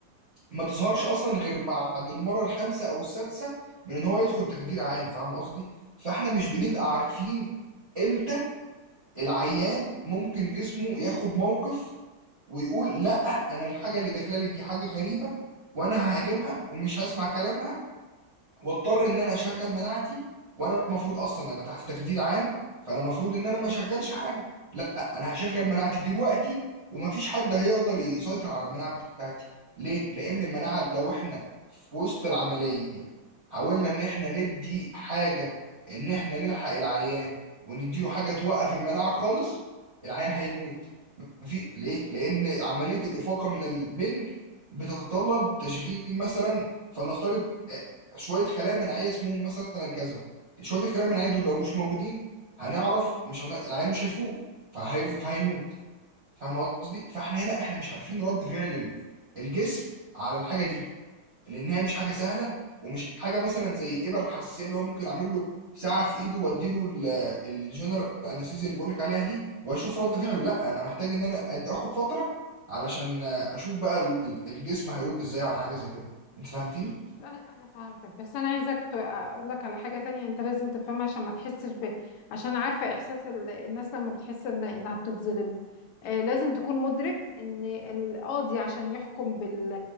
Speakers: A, on the right; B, on the left.
A: ما تظهرش اصلا غير بعد المره الخامسه او السادسه من ان هو يدخل تخدير عام فاهم قصدي فاحنا مش بنبقى عارفين امتى العيان ممكن جسمه ياخد موقف ويقول لا انا الحاجه اللي داخله لي دي حاجه غريبه وانا ههاجمها ومش هسمع كلامها واضطر ان انا اشغل مناعتي وانا المفروض اصلا انا تحت تخدير عام فانا المفروض ان انا ما اشغلش حاجه لا انا هشغل مناعتي دلوقتي ومفيش حد هيقدر يسيطر على المناعه بتاعتي ليه لان المناعه لو احنا في وسط العمليه حاولنا ان احنا ندي حاجه ان احنا نلحق العيان ونديله حاجه توقف المناعه خالص العيان هيموت مفي... ليه لان عمليه الافاقه من البنج بتتطلب تشغيل مثلا فلنفترض شويه خلايا مناعيه اسمهم مثلا كذا شويه الخلايا المناعيه دول لو مش موجودين هنعرف مش هن... العيان مش هيفوق فهي... فهيموت فاهم قصدي فاحنا هنا احنا مش عارفين رد فعل ال- الجسم على الحاجه دي لان هي مش حاجه سهله ومش حاجه مثلا زي ابر الحساسيه اللي هو ممكن اعمل له ساعه في ايده واديله ال- الجنرال انستيزيا اللي بقولك عليها دي واشوف رد فعله لا انا محتاج ان انا أد- اخد فتره علشان اشوف بقى ال- الجسم هيرد ازاي على حاجه زي كده انت فهمتني
B: انا فهمتك بس انا عايزك ت- اقول لك على حاجه تانية انت لازم تفهمها عشان ما تحسش ب عشان عارفه احساس ال- الناس لما بتحس إن... انها بتتظلم آه لازم تكون مدرك ان القاضي عشان يحكم بال...